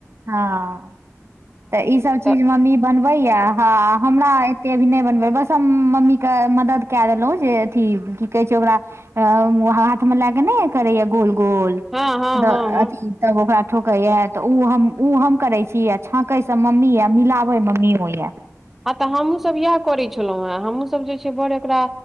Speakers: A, on the right (about 55°); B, in the centre.
A: हँ तऽ ईसभ चीज
B: तऽ
A: मम्मी बनबैया हँ हमरा ते भी नहि बनबै बस हम मम्मी के मदद क देलहुँ जे अथी की कहै छै ओकरा अ हाथ मे लाए क नहि करैए गोल गोल द
B: हँ हँ हँ हँ
A: अथी तब ओकरा ठोकैए तऽ उ हम उ हम करै छी। छाँकै से मम्मी या मिलाबै मम्मी यए
B: आ तऽ हमहूँसभ इएह करैय छलहुँ हे हमहूँसभ जे छै बड़ एकरा